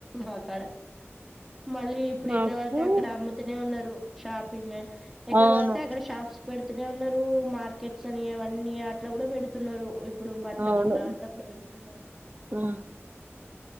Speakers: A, in the centre; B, on the right (about 40°).
A: మాకాడ. మళ్ళీ ఇప్పుడు
B: మాకు
A: ఎక్కడ వడితే అక్కడ అమ్ముతూనే ఉన్నారు. షాపింగ్ ఎక్కడ
B: అవును
A: పడితే అక్కడ షాప్స్ పెడుతనే ఉన్నారు. లు మార్కెట్స్ అని అవన్నీ అట్లా కూడా పెడుతున్నారు. ఇప్పుడు బట్టలు
B: అవును
A: ఎక్కడ పడితే అక్కడ పెడుతున్నారు.
B: ఆ.